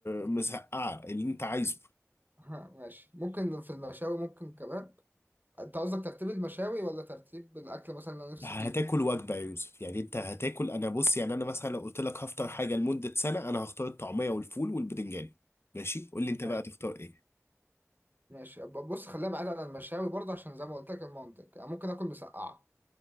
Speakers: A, on the left (about 50°); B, on the right (about 40°).
A: مزقعة اللي انت عايزه
B: ها، <laughs> ماشي ممكن في المشاوي ممكن كباب انت قصدك ترتيب المشاوي ولا ترتيب الاكل مثلا اللي انا نفسي
A: هتاكل
B: فيه
A: وجبة يا يوسف يعني انت هتاكل انا بص يعني انا مثلا لو قلت لك هفطر حاجة لمدة سنة انا هختار الطعمية والفول والبتنجان ماشي قول
B: ماشي
A: لي انت بقى تختار ايه
B: ماشي ب- بص خليها بعيدا عن المشاوي برضه عشان زي ما قلت لك المنطق يعني ممكن اكل مسقعه